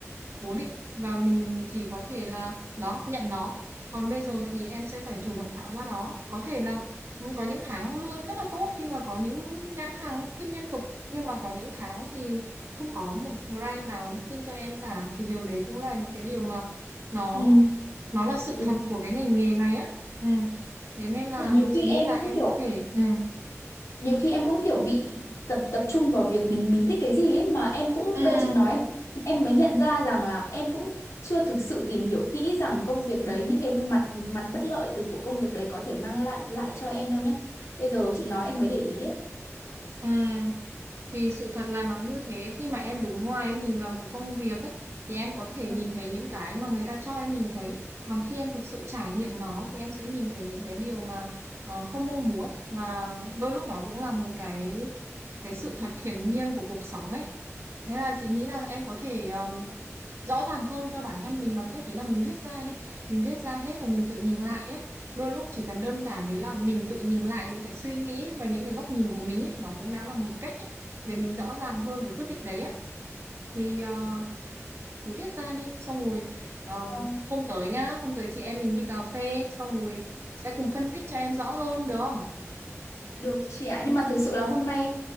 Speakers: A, on the right; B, on the left.
A: cố định và mình chỉ có thể là đó nhận nó còn bây giờ thì em sẽ phải chủ động tạo ra nó có thể là Ừ, Có những tháng lương em rất là tốt khi mà có những nhãn hàng booking liên tục nhưng mà có những tháng thì không có một brand nào booking cho em cả thì điều đấy cũng là những cái điều mà nó
B: Ừ,
A: nó là sự
B: đúng.
A: thật của cái ngành nghề này á ừ. Thế nên là
B: Nhiều
A: chị
B: khi
A: nghĩ
B: em
A: là
B: cũng
A: em
B: kiểu
A: có thể
B: bị-
A: ừ.
B: nhiều khi em cũng kiểu bị tập tập trung vào việc mình mình thích cái gì ấy mà em cũng
A: Ừ.
B: bây giờ chị nói em em mới nhận ra rằng là em cũng chưa thực sự tìm hiểu kỹ rằng công việc đấy những cái mặt mặt bất lợi từ của công việc đấy có thể mang lại lại cho em đâu nhá. Bây giờ chị nói em mới để ý ấy.
A: Ừ. Thì sự thật là nó như thế khi mà em đứng ngoài em nhìn vào một công việc ấy thì em có thể
B: Vâng.
A: nhìn thấy những cái mà người ta cho em nhìn thấy còn khi em thực sự trải nghiệm nó thì em sẽ nhìn thấy những cái điều mà ờ, không mong muốn và đôi lúc nó cũng là một cái cái sự thật hiển nhiên của cuộc sống ấy thế là chị nghĩ là em có thể rõ ràng hơn cho bản thân mình bằng cách đấy là mình viết ra đi mình viết ra hết và mình tự nhìn lại ấy đôi lúc chỉ cần đơn giản đấy là mình tự nhìn lại những cái suy nghĩ và những cái góc nhìn của mình ấy nó cũng đã là một cách ấy để mình rõ ràng hơn về quyết định đấy á thì ờ, cứ viết ra đi xong rồi ờ,
B: Ừ.
A: hôm tới nhá hôm tới chị em mình đi cà phê xong rồi sẽ cùng phân tích cho em rõ hơn được không
B: Được chị ạ, nhưng mà thực sự là hôm nay